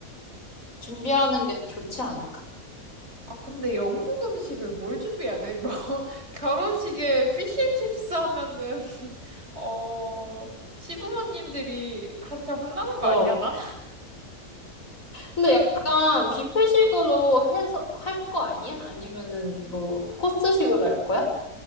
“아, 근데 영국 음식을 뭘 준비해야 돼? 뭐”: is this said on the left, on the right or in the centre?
Right